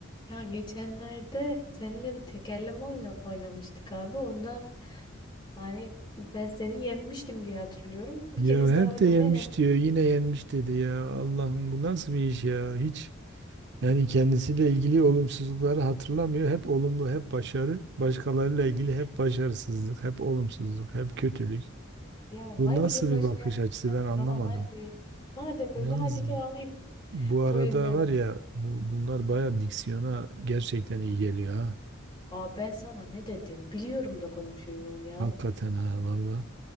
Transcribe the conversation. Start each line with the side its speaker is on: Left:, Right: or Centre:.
Left: Ya geçenlerde seninle bir tekerleme oyna oynamıştık abi. Orada hani ben seni yenmiştim diye hatırlıyorum. Bir
Right: Ya
Left: kez
Right: hep
Left: daha oynamaya
Right: de yenmiş
Left: ne?
Right: diyor, yine yenmiş dedi ya. Allah'ım bu nasıl bir iş ya? Hiç yani kendisiyle ilgili olumsuzlukları hatırlamıyor. Hep olumlu, hep başarı. Başkalarıyla
Left: <laughs>
Right: ilgili hep başarısızlık, hep olumsuzluk, hep kötülük.
Left: Ya
Right: Bu
Left: haydi
Right: nasıl
Left: gel başlayalım.
Right: bir bakış açısı ben anlamadım.
Left: Tamam haydi. Madem öyle
Right: Yalnız
Left: haydi gel alayım.
Right: bu arada
Left: Boyun öyle.
Right: var ya bu, bunlar bayağı diksiyona gerçekten iyi geliyor ha.
Left: Aa ben sana ne dedim? Biliyorum da konuşuyorum ya.
Right: Hakikaten ha valla.